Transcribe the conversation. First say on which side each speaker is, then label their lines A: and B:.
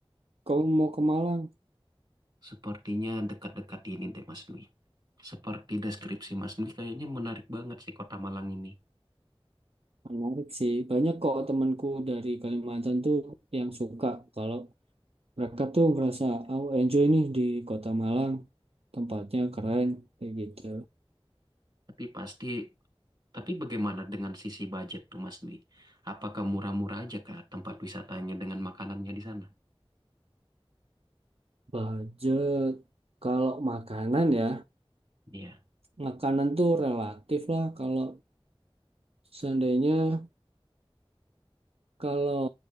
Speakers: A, on the right; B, on the right.
A: kamu mau ke Malang?
B: Sepertinya dekat-dekat ini deh Mas Dwi. Seperti deskripsi Mas Dwi kayaknya menarik banget sih kota Malang ini.
A: Menarik sih. Banyak kok temanku dari Kalimantan tuh yang suka kalau mereka tuh ngerasa oh enjoy nih di kota Malang. Tempatnya
B: Hmm.
A: keren kayak gitu.
B: Tapi pasti Tapi bagaimana dengan sisi budget tuh Mas Dwi? Apakah murah-murah aja kah tempat wisatanya dengan makanannya di sana?
A: Budget kalau makanan ya,
B: Iya,
A: makanan tuh relatif lah. Kalau seandainya kalau